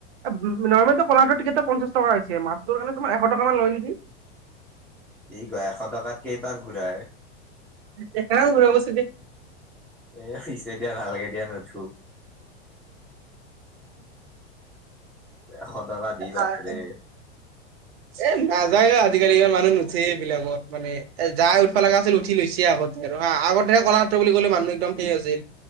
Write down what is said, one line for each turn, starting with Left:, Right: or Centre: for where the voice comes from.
Right: নৰ্মেলটো পলাৰটোৰ টিকেটটো পঞ্চাছ টকা হৈছে, মাছটোৰ খালি তোমাৰ এশ টকা মান লয় নেকি।
Centre: কি কয়, এশ টকাত কেইপাক ঘূৰাই?
Right: দেখাও ঘূৰাব ছাগে <unintelligible>
Centre: এ, পিছে <unintelligible> দিয়া নালগে দিয়া নুঠো। এশ টকা দি বাপৰে
Right: আহ <unintelligible> এ, নাযায় আৰু, আজিকালি ইমান মানুহ নুঠে এইবিলাকত, মানে এ, যাই উঠবা লগা আছিল উঠি লৈছে আগত। হা, আগতে কলাক্ষেত্ৰ বুলি ক'লে মানুহ একদম সেই আছিল,